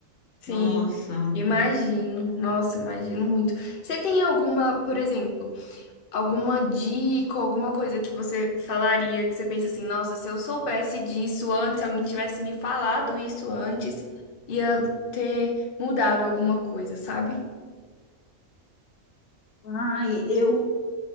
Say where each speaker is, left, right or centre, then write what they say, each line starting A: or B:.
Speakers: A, on the left (about 45°); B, on the left (about 80°).
A: sim.
B: Nossa,
A: Imagino. Nossa, imagino muito. Você tem alguma, por exemplo? Alguma dica, alguma coisa que você falaria, que você pensa assim, nossa, se eu soubesse disso antes, se alguém tivesse me falado isso antes, ia ter mudado alguma coisa, sabe?
B: ai, eu